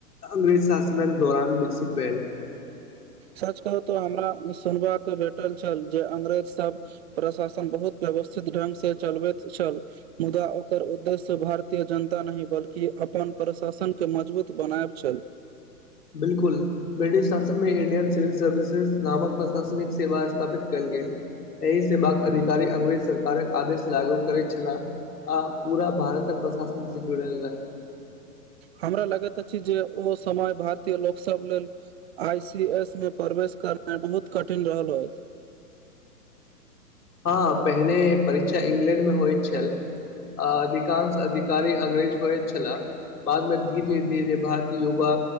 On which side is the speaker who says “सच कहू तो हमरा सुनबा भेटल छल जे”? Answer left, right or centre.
Right